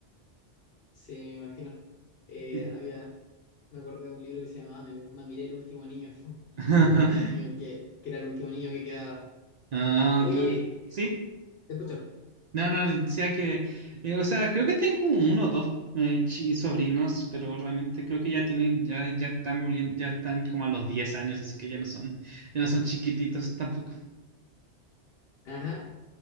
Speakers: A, on the left; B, on the right.
A: Sí, me imagino. Eh,
B: Sí.
A: había, me acordé de un libro que se llamaba Me, Mamiré el último niño, <laughs>
B: <laughs>
A: que trataba de un niño que, que era el último niño que quedaba.
B: Ah,
A: Oye,
B: ok, bueno. ¿Sí?
A: te escucho.
B: No, no, decía que, eh, o sea, creo que tengo uno o dos eh, chi- sobrinos, pero realmente creo que ya tienen, ya, ya están, volviendo- ya están como a los 10 años, así que ya no son, ya no son chiquititos tampoco.
A: Ajá.